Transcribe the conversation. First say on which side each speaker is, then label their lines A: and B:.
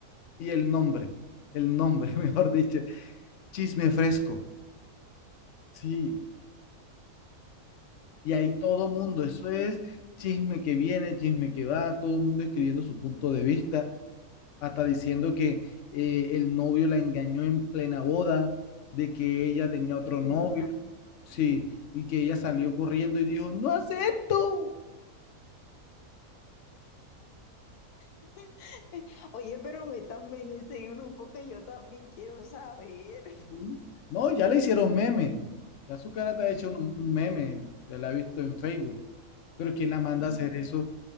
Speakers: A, on the left; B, on the left.
A: y el nombre, el nombre, <laughs> mejor dicho, chisme fresco. Sí, y ahí todo mundo, eso es chisme que viene, chisme que va, todo el mundo escribiendo su punto de vista, hasta diciendo que eh, el novio la engañó en plena boda, de que ella tenía otro novio,
B: Claro.
A: sí, y que ella salió corriendo y dijo, no acepto.
B: <laughs> Oye, pero métanme en ese grupo que yo también quiero saber.
A: Mm. No, ya le
B: <laughs>
A: hicieron meme. Ya su cara te ha hecho
B: Mm,
A: un, un meme, te la ha visto en Facebook. Pero ¿quién la manda
B: mm,
A: a hacer eso?